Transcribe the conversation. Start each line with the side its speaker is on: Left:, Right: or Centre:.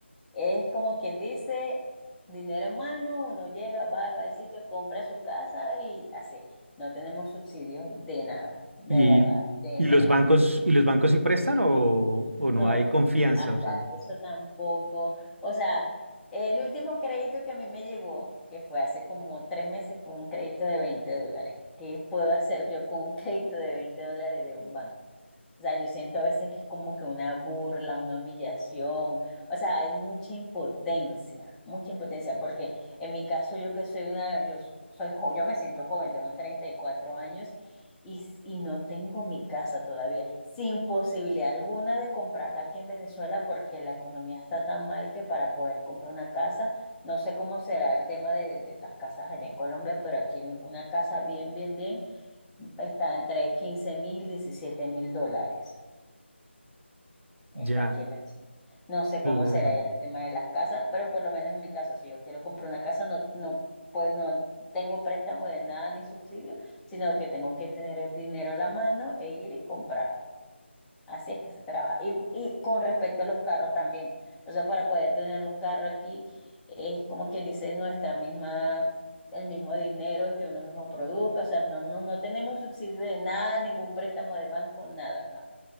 Centre: Es como quien dice, dinero en mano, uno llega, va, va al sitio, compra su casa y así. No tenemos subsidios de nada, de
Right: Y,
Centre: verdad, de
Right: y
Centre: nada.
Right: los bancos, ¿y los bancos sí prestan o, o
Centre: No,
Right: no hay confianza?
Centre: hasta
Right: O sea.
Centre: eso tampoco. O sea, el último crédito que a mí me llegó, que fue hace como tres meses, fue un crédito de 20 dólares. ¿Qué puedo hacer yo con un crédito de 20 dólares de un banco? O sea, yo siento a veces que es como que una burla, una humillación. O sea, hay mucha impotencia, mucha impotencia, porque en mi caso yo que soy una, yo soy jo- yo me siento joven, tengo 34 años y, y no tengo mi casa todavía, sin posibilidad alguna de comprarla aquí en Venezuela porque la economía está tan mal que para poder comprar una casa, no sé cómo será el tema de, de las casas allá en Colombia, pero aquí una casa bien, bien, bien está entre quince mil, diecisiete mil dólares. Está
Right: Ya,
Centre: aquí en Venezuela. No sé
Right: claro,
Centre: cómo será ya el tema de las casas, pero por lo menos en mi caso, si yo quiero comprar una casa, no, no, pues no tengo préstamo de nada ni subsidio, sino que tengo que tener el dinero en la mano e ir y comprarla. Así es que se trabaja. Y, y con respecto a los carros también. O sea, para poder tener un carro aquí, es como quien dice nuestra misma, el mismo dinero que uno mismo produzca. O sea, no, no, no tenemos subsidio de nada, ningún préstamo de banco, nada, nada.